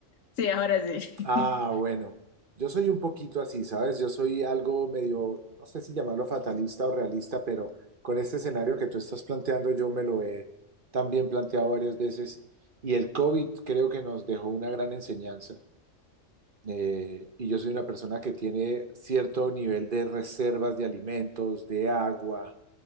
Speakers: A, on the left; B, on the right.
A: Sí, ahora sí.
B: Ah,
A: <laughs>
B: bueno, yo soy un poquito así, ¿sabes? Yo soy algo medio, no sé si llamarlo fatalista o realista, pero con este escenario que tú estás planteando, yo me lo he también planteado varias veces y el COVID creo que nos dejó una gran enseñanza. Eh, y yo soy una persona que tiene cierto nivel de reservas de alimentos, de agua,